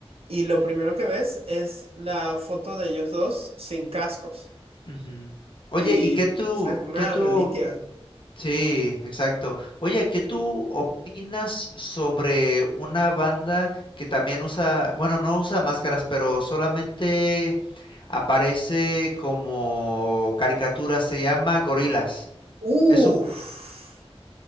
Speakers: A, on the right (about 70°); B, on the left (about 55°).
A: Y lo primero que ves es la foto de ellos dos sin cascos.
B: Ujú. Oye,
A: Y,
B: ¿y qué tú,
A: o sea, es una
B: qué tú,
A: reliquia.
B: sí, exacto. Oye, ¿qué tú opinas sobre una banda que también usa, bueno, no usa máscaras, pero solamente aparece como caricatura, se llama Gorilas.
A: Uff,
B: Es un,